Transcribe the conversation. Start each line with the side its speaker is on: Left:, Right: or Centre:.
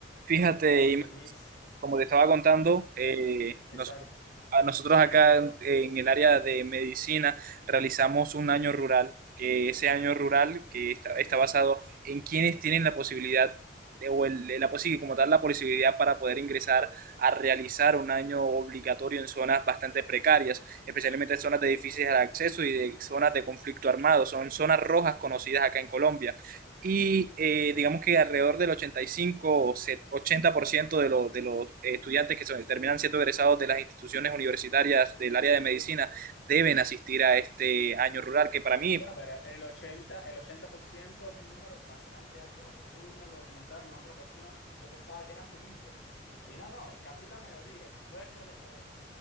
Right: Fíjate,
Left: Oye,
Right: Ima,
Left: Luis,
Right: como te estaba contando, eh,
Left: exacto.
Right: nosotros, a nosotros acá en, en el área de medicina realizamos un año rural, que ese año rural que está, está basado en quienes tienen la posibilidad de- o el- la posi- como tal la posibilidad para poder ingresar a realizar un año obligatorio en zonas bastante precarias, especialmente zonas de difícil acceso y de zonas de conflicto armado, son zonas rojas conocidas acá en Colombia y eh, digamos que alrededor del 85 o set- 80% de, los de los eh, estudiantes que son- terminan siendo egresados de las instituciones universitarias del área de medicina deben asistir a este año rural, que para mí
Left: Bueno, pero el ochenta, el 80% es un número bastante alto. Cuando tú me lo comentabas en otra ocasión, yo pensaba que eran poquitos. Y no, no, es casi la mayoría. Puede que, lo- eh,